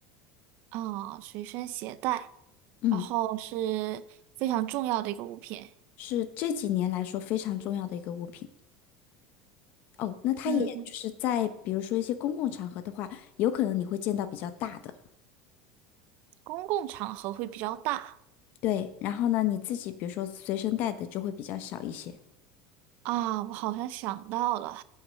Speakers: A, on the right; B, on the left.
A: 啊，随身携带，
B: 嗯，
A: 然后是非常重要的一个物品。
B: 是这几年来说非常重要的一个物品。哦，那它也就是在比如说一些公共场合的话，
A: 嗯，
B: 有可能你会见到比较大的，
A: 公共场合会比较大
B: 对。然后呢，你自己比如说随身带的就会比较小一些。
A: 啊。我好像想到了，